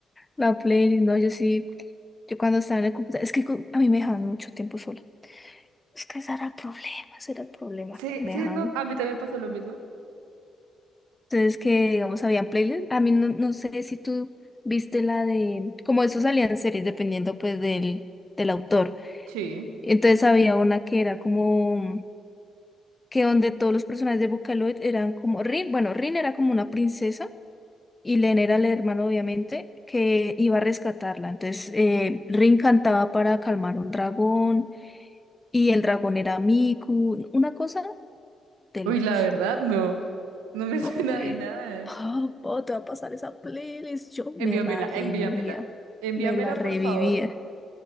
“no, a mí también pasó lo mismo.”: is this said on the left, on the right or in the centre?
Right